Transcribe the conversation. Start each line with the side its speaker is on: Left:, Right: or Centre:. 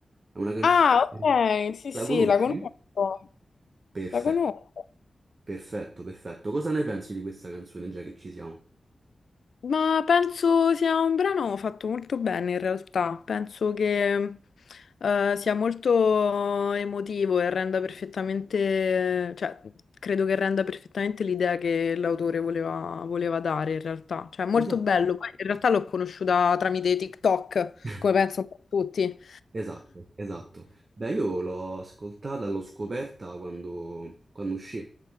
Right: È una canzone...
Left: Ah, ok, sì, sì,
Right: La conosci?
Left: la conosco.
Right: Perfetto,
Left: La conosco.
Right: perfetto, perfetto. Cosa ne pensi di questa canzone, già che ci siamo?
Left: Ma penso sia un brano fatto molto bene in realtà, penso che eh, sia molto emotivo e renda perfettamente, cioè credo che renda perfettamente l'idea che l'autore voleva, voleva dare in realtà, cioè è molto
Right: Esatto.
Left: bello, Poi, in realtà l'ho conosciuta tramite TikTok,
Right: <laughs>
Left: come penso un po' tutti.
Right: Esatto, esatto. Beh, io l'ho ascoltata, l'ho scoperta quando, quando uscì.